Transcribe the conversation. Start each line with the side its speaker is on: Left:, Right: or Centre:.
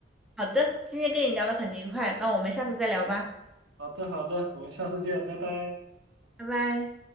Centre: 好的，今天跟你聊得很愉快，那我们下次再聊吧，
Right: 好的好的，我们下次见，拜拜。
Centre: 拜拜。